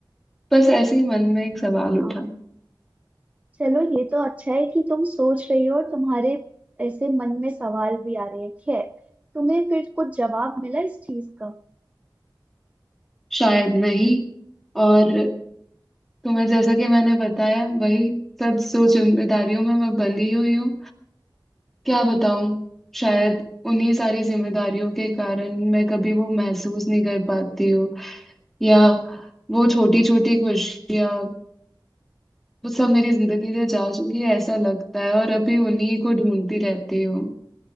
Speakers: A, in the centre; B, on the right.
A: बस ऐसे ही मन में एक सवाल
B: हाँ
A: उठा
B: चलो ये तो अच्छा है कि तुम सोच रही हो और तुम्हारे ऐसे मन में सवाल भी आ रहे हैं खैर तुम्हें फिर कुछ जवाब मिला इस चीज का
A: शायद नहीं और तुम्हें जैसा कि मैंने बताया वही सब जो जिम्मेदारियों में मैं बंधी हुई हूँ क्या बताऊँ शायद उन्हीं सारी जिम्मेदारियों के कारण मैं कभी वो महसूस नहीं कर पाती हूँ या वो छोटी छोटी खुशियाँ वो सब मेरी जिंदगी से जा चुकी है ऐसा लगता है और अभी उन्हीं को ढूंढती रहती हूँ